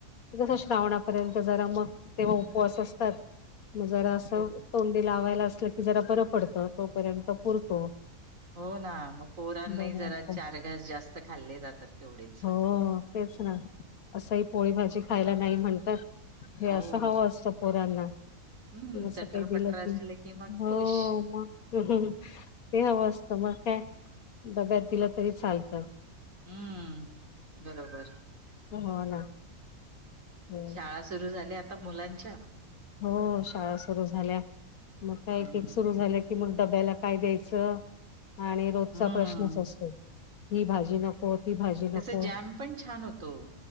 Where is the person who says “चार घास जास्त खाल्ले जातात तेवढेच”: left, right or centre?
Right